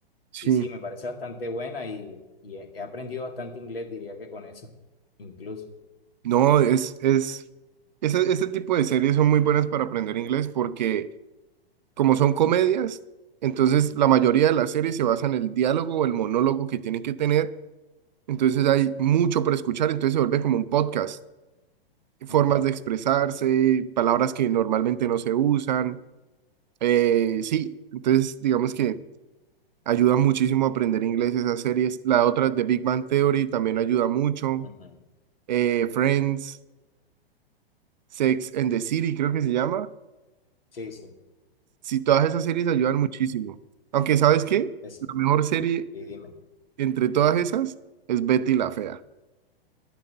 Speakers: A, on the right; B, on the left.
A: Sí.
B: Y sí, me parece bastante buena y, y he he aprendido bastante inglés, diría que con eso, incluso.
A: No, es, es, ese, ese tipo de series son muy buenas para aprender inglés porque como son comedias, entonces la mayoría de las series se basa en el diálogo o el monólogo que tienen que tener. Entonces hay mucho para escuchar, entonces se vuelve como un podcast. Formas
B: Ujú,
A: de expresarse, palabras que normalmente no se usan. Eh, sí, entonces digamos que Ayuda muchísimo a aprender inglés esas series. La otra de Big Bang Theory también ayuda mucho.
B: ujú.
A: Eh, Friends, Sex and the City, creo que se llama.
B: Sí, sí.
A: Sí, todas esas series ayudan muchísimo. Aunque, ¿sabes qué?
B: Es,
A: La mejor serie
B: y dime.
A: entre todas esas es Betty la Fea.